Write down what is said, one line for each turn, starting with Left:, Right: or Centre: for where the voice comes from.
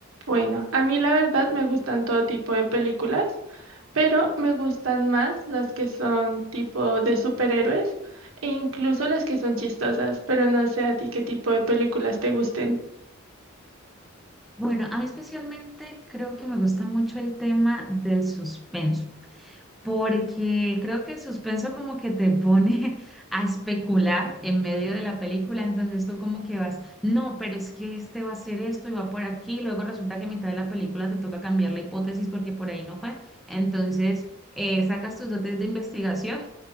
Right: Bueno, a mí la verdad me gustan todo tipo de películas, pero me gustan más las que son tipo de superhéroes e incluso las que son chistosas, pero no sé a ti qué tipo de películas te gusten.
Centre: Bueno, a mí especialmente creo que me gusta mucho el tema del suspenso, porque creo que el suspenso como que te pone <laughs> a especular en medio de la película, entonces tú como que vas, no, pero es que este va a hacer esto y va por aquí, luego resulta que a mitad de la película te toca cambiar la hipótesis porque por ahí no fue, entonces eh, sacas tus dotes de investigación